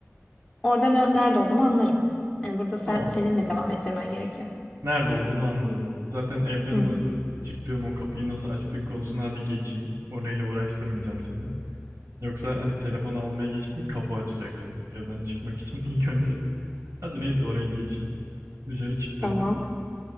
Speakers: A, in the centre; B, on the right.
A: Orada ne- nerede olduğumu anlarım. Yani burada sen,
B: Tamam.
A: senin mi devam ettirmen gerekiyor?
B: Nerede olduğunu anladın. Zaten evden
A: Hı,
B: nasıl çıktığın o kapıyı nasıl açtığın konusuna hadi geçeyim. Orayla uğraştırmayacağım seni. Yoksa hani telefonu almaya geçtim, kapı açacaksın evden çıkmak için ilk önce. <laughs> Hadi neyse oraya geçeyim. Dışarı çıktın.
A: Tamam.